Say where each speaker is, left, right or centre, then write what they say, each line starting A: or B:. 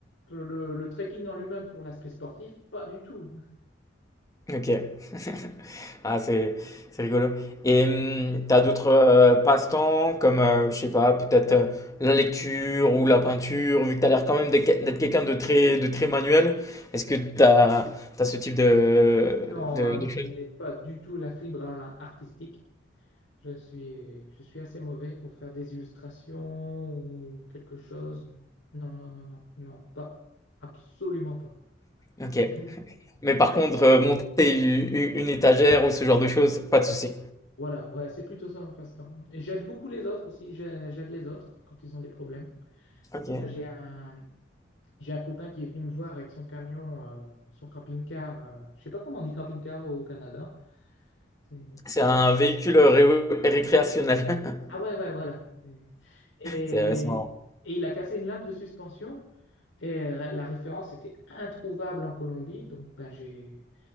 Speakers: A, on the left (about 80°); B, on the left (about 20°).
A: Le, le trekking en lui-même pour l'aspect sportif, pas du tout.
B: OK. <laughs> Ah c'est c'est rigolo et mmh, tu d'autres, heu, passe-temps comme, heu, je sais pas, peut-être, heu, la lecture ou la peinture? Vu que t'as l'air quand même d'être d'être quelqu'un de très de très manuel, est-ce que t'as as ce type de
A: Non,
B: de
A: alors
B: de choses?
A: je n'ai pas du tout la fibre a- artistique. Je suis, je suis assez mauvais pour faire des illustrations ou quelque chose. Non, non, non, non, non, pas, absolument pas.
B: OK.
A: <laughs>
B: Mais par contre, heu, monter u u une étagère ou ce genre de choses, pas de souci?
A: Voilà, ouais, c'est plutôt ça mon passe-temps. Et j'aide beaucoup les autres aussi, j'ai- j'aide les autres quand ils ont des problèmes.
B: OK.
A: Là, j'ai un, j'ai un copain qui est venu me voir avec son camion, euh, son camping-car. euh, je sais pas comment on dit camping-car au Canada. C'est
B: C'est un véhicule ré récréationnel. <laughs>
A: Ah ouais, ouais, voilà. Et,
B: C'est ouais, c'est marrant.
A: et il a cassé une lame de suspension. Et la la référence était introuvable en Colombie. Donc ben, j'ai